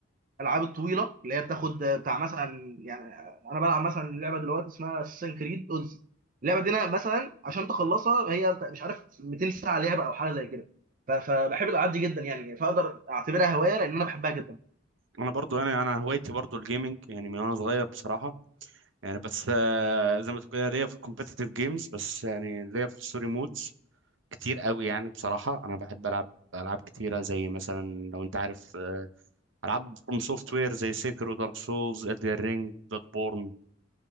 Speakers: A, on the right; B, on the right.
A: الالعاب الطويله اللي هي بتاخد آه، بتاع مثلا يعني آه، انا بلعب مثلا لعبه دلوقتي اسمها اساسن كريد اودز اللعبه دي انا مثلا عشان تخلصها هي بتاع- مش عارف 200 ساعه لعبه او حاجه زي كده ف- فبحب الالعاب دي جدا يعني فاقدر اعتبرها هوايه لان انا بحبها جدا
B: انا برضو يعني انا هوايتي برضو الجيمنج يعني من وانا صغير بصراحة يعني بس آه، زي ما تقول كده ليا في الكومبيتيتيف جيمز بس يعني ليا في الستوري مودز كتير قوي يعني بصراحة انا بحب العب العاب كتيرة زي مثلا لو انت عارف آه، العاب فروم سوفت وير زي سيكرو دارك سولز ادر رينج بلاد بورن